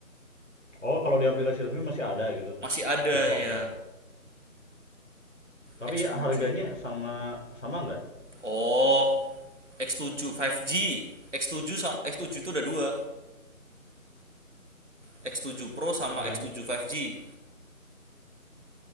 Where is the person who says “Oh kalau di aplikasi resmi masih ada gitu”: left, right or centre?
Left